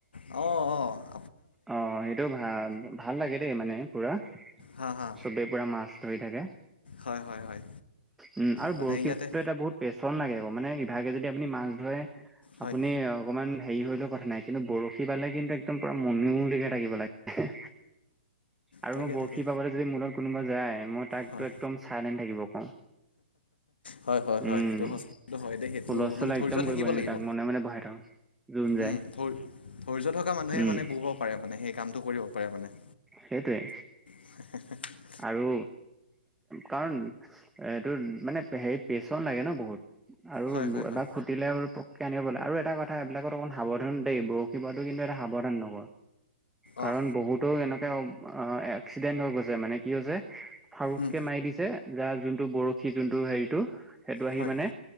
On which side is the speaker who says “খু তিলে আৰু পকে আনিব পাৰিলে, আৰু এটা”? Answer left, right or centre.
Centre